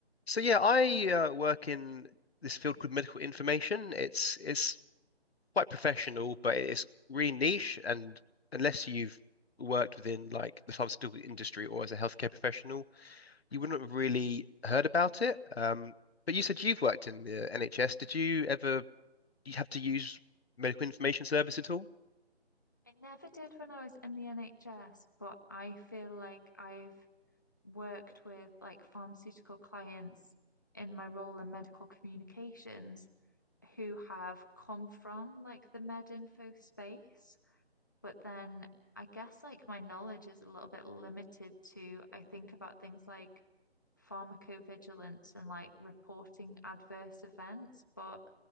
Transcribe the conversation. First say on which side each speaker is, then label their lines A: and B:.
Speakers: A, on the left; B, on the left.
A: So yeah, I uh, work in this field called medical information. It's it's quite professional, but it's really niche. And unless you've worked within like the pharmaceutical industry or as a healthcare professional, you
B: Mm.
A: wouldn't have really heard about it. Um, but you said you've worked in the NHS. Did you ever you have to use medical information service at all?
B: I never did when I was in the NHS, but I feel like I've worked with like pharmaceutical clients in my role in medical communications who have come from like the med info space. But then I guess like my knowledge is a little bit limited to I think about things like pharmacovigilance and like reporting adverse events, but